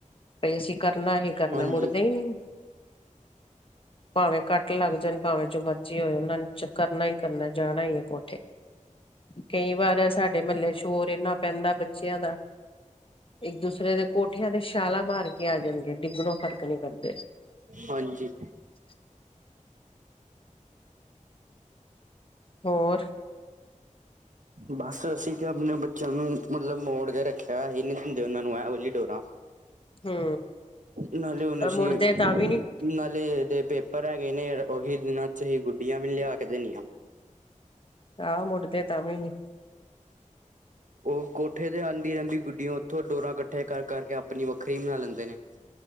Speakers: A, on the left; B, on the right.
A: ਭਈ ਅਸੀਂ ਕਰਨਾ ਹੀ ਕਰਨਾ
B: ਹਾਂਜੀ।
A: ਮੁੜਦੇ ਹੀ ਨਈ। ਭਾਵੇਂ ਕੱਟ ਲੱਗ ਜਾਣ ਭਾਵੇਂ ਜੋ ਮਰਜ਼ੀ ਹੋਏ ਉਹਨਾਂ ਨੂੰ ਕਰਨਾ ਹੀ ਕਰਨਾ ਜਾਣਾ ਹੀ ਏ ਕੋਠੇ ਕਈ ਵਾਰ ਸਾਡੇ ਮਹੱਲੇ ਸ਼ੋਰ ਇਨਾ ਪੈਂਦਾ ਬੱਚਿਆਂ ਦਾ। ਇੱਕ ਦੂਸਰੇ ਦੇ ਕੋਠਿਆਂ ਤੇ ਛਾਲਾਂ ਮਾਰ ਕੇ ਆ ਜਾਂਣਗੇ ਡਿੱਗਣੋ ਫਰਕ ਨੀਂ ਕਰਦੇ।
B: ਹਾਂਜੀ।
A: <inaudible> ਹੋਰ
B: ਬਸ ਅਸੀਂ ਤਾਂ ਆਪਣੇ ਬੱਚਿਆਂ ਨੂੰ ਮਤਲਬ ਮੋੜ ਕੇ ਰੱਖਿਆ ਅਹੀ ਨੀ ਦਿੰਦੇ ਉਹਨਾਂ ਨੂੰ ਐਹੋ ਜੀ ਡੋਰਾਂ
A: ਹੂੰ।
B: ਨਾਲੇ ਹੁਣ
A: ਪਰ
B: ਅਸੀਂ
A: ਮੁੜਦੇ ਤਾਂ ਵੀ ਨੀ
B: ਨਾਲੇ ਦੇ ਪੇਪਰ ਹੈਗੇ ਨੇ ਉਹੀ ਦਿਨਾਂ ਚ ਅਸੀਂ ਗੁੱਡੀਆਂ ਵੀ ਨੀਂ ਲਿਆ ਕੇ ਦੇਣੀਆ।
A: ਆਹ ਮੁੱਢ ਦੇ ਤਾਂ ਵੀ ਨੀ।
B: ਉਹ ਕੋਠੇ ਤੇ ਆਦੀਂ ਆਦੀਂ ਗੁੱਡੀਆ ਉੱਥੋਂ ਡੋਰਾਂ ਕੱਠੇ ਕਰ ਕਰਕੇ ਆਪਣੀ ਵੱਖਰੀ ਬਨਾ ਲੈਂਦੇ ਨੇ।